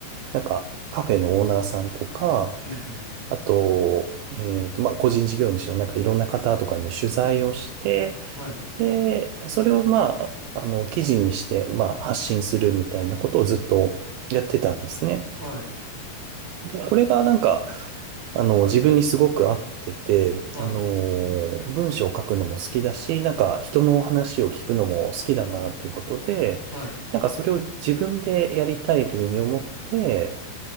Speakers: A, on the right; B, in the centre.
A: なんか、カフェのオーナーさんとか、
B: うんうんうん、
A: あと、えっと、まあ、個人事業主のなんかいろんな方とかに取材をして、
B: はい、
A: で、それをまあ、あの、記事にして、まあ、発信するみたいなことをずっとやってたんですね。
B: はい、
A: で、これがなんか、あの、自分にすごく合ってて、
B: はい、
A: あの、文章を書くのも好きだし、なんか人の話を聞くのも好きだなっていうことで、
B: はい。
A: なんかそれを自分でやりたいというふうに思って、